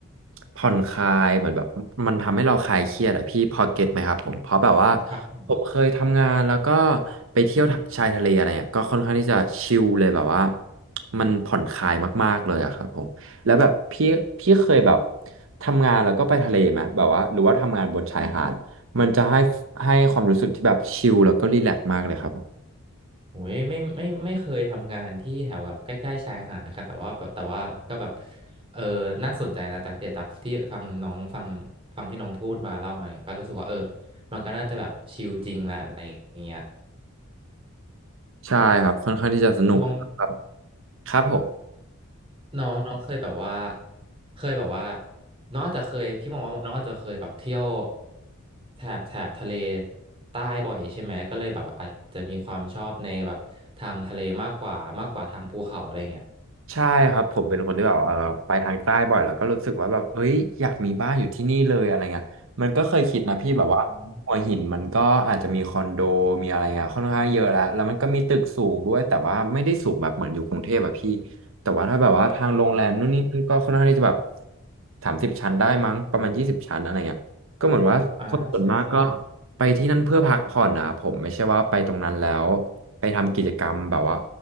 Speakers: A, on the right; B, on the right.
A: ผ่อนคลายเหมือนแบบมันทำให้เราคลายเครียดอะพี่พอเก็ตไหมครับผมเพราะแบบว่า
B: ครับผม
A: ผมเคยทำงานแล้วก็ไปเที่ยวชายทะเลอะไรเงี้ยก็ค่อนข้างที่จะชิลเลยแบบว่ามันผ่อนคลายมากๆเลยอะครับผมแล้วแบบพี่พี่เคยแบบ ทำงานแล้วก็ไปทะเลไหมแบบว่าหรือว่าทำงานบนชายหาด มันจะให้ให้ความรู้สึกที่แบบชิลแล้วก็รีแลกซ์มากเลยครับผม
B: โอ้ยไม่ไม่ไม่เคยทำงานที่แถวแบบใกล้ๆชายหาดนะครับแต่ว่าแบบแต่ว่าก็แบบเออน่าสนใจนะแต่เดี๋ยวจากที่ฟังน้องฟังฟังที่น้องพูดมาเล่ามาเนี่ยก็รู้สึกว่าเออมันก็น่าจะแบบชิลจริงแหละอะไรอย่างเงี้ย
A: ใช่ครับค่อนข้างที่จะสนุกครับ
B: น้อง
A: ครับผม
B: น้องน้องเคยแบบว่าเคยแบบว่าน้องอาจจะเคยพี่มองว่าน้องอาจจะเคยแบบเที่ยวแถบแถบทะเลใต้บ่อยใช่ไหมก็เลยแบบอาจจะมีความชอบในแบบทางทะเลมากกว่ามากกว่าทางภูเขาอะไรเงี้ย
A: ใช่ครับผมเป็นคนที่แบบเออไปทางใต้บ่อยแล้วก็รู้สึกว่าแบบเฮ้ยอยากมีบ้านอยู่ที่นี่เลยอะไรเงี้ยมันก็เคยคิดนะพี่แบบว่าหัวหินมันก็อาจจะมีคอนโดมีอะไรเงี้ยค่อนข้างเยอะแล้วแล้วมันก็มีตึกสูงด้วยแต่ว่าไม่ได้สูงแบบเหมือนอยู่กรุงเทพแบบพี่
B: อืม
A: แต่ว่าถ้าแบบว่าทางโรงแรมนู่นนี่นั่นก็ค่อนข้างที่จะแบบสามสิบชั้นได้มั้งประมาณยี่สิบชั้นอะไรเงี้ยก็เหมือนว่าคนส่วนมากก็
B: อ่าอ่าใช่ใช่
A: ไปที่นั่นเพื่อพักผ่อนนะผมไม่ใช่ว่าไปตรงนั้นแล้วไปทำกิจกรรมแบบว่า